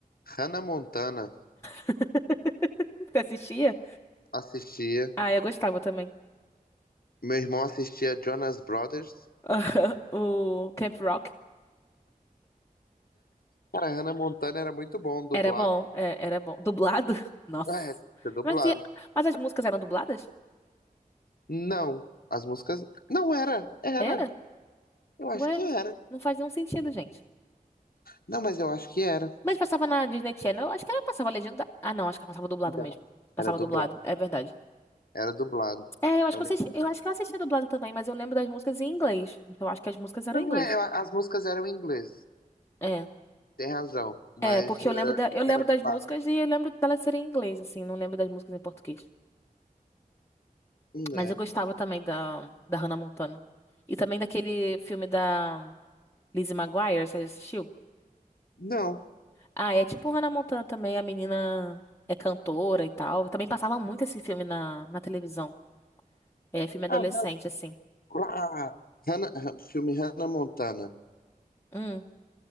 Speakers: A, on the left; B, on the left.
A: Hannah Montana
B: <laughs> Você assistia?
A: assistia.
B: Ah, eu gostava também.
A: Meu irmão assistia Jonas Brothers.
B: <laughs> O Camp Rock
A: Cara, Hannah Montana era muito bom, dublado.
B: era bom, é, era bom. Dublado? <laughs> Nossa.
A: É, tem que ser dublado.
B: Mas, e- mas as músicas eram dubladas?
A: Não, as músicas. Não era, era.
B: Era?
A: Eu acho
B: Ué,
A: que era.
B: não faz nenhum sentido, gente.
A: Não, mas eu acho que era.
B: Mas passava na Disney Channel, eu acho que ela passava legenda. Ah, não, acho que ela passava dublado
A: Não,
B: mesmo. Passava
A: era dublado.
B: dublado, é verdade.
A: Era dublado.
B: É, eu acho
A: Olha.
B: que eu assisti, eu acho que eu assistia dublado também, mas eu lembro das músicas em inglês. Então eu acho que as músicas eram
A: Não,
B: em inglês.
A: é, eu- as músicas eram em inglês.
B: É.
A: Tem razão, mas
B: É, porque
A: é,
B: eu lembro da, eu lembro
A: era
B: das
A: dublado.
B: músicas e eu lembro delas serem em inglês, assim, não lembro das músicas em português.
A: Não.
B: Mas
A: é.
B: eu gostava também da, da Hannah Montana. E também daquele filme da Lizzie McGuire, você já assistiu?
A: Não.
B: Ah, é tipo Hannah Montana também, a menina é cantora e tal. Também passava muito esse filme na, na televisão. É filme adolescente,
A: Ah, Han-
B: assim.
A: lá, Hannah, Han- filme Hannah Montana.
B: Hum.